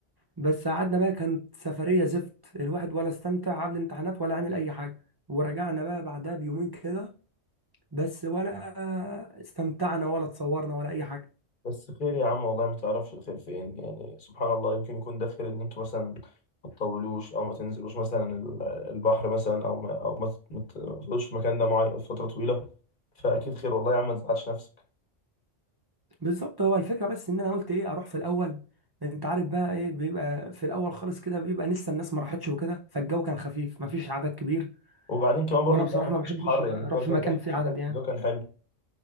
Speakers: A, on the right (about 30°); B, on the left (about 45°).
A: بس قعدنا بقى كانت سفريه زفت الواحد ولا استمتع عامل امتحانات ولا عامل اي حاجه ورجعنا بقى بعدها بيومين كده بس ولا استمتعنا ولا اتصورنا ولا اي حاجه
B: بس خير يا عم والله ما تعرفش الخير فين يعني سبحان الله يمكن يكون ده خير ان انتوا مثلا ما تطولوش او ما تنزلوش مثلا ال- البحر مثلا او ما او ما ت- ما تقعدوش في مكان ده معين فتره طويله فاكيد خير والله يا عم ما تزعلش نفسك
A: بالظبط هو الفكره بس ان انا قلت ايه اروح في الاول انت عارف بقى ايه بيبقى في الاول خالص كده بيبقى لسه الناس ما راحتش وكده فالجو كان خفيف ما فيش عدد كبير
B: وبعدين كمان برضو
A: وانا
B: الجو
A: بصراحه
B: ما كانش
A: ما بحبش
B: حر
A: اروح
B: يعني الجو اللي
A: في
B: فات
A: مكان
B: ده
A: فيه عدد
B: الفترة-
A: يعني
B: الجو ده كان حلو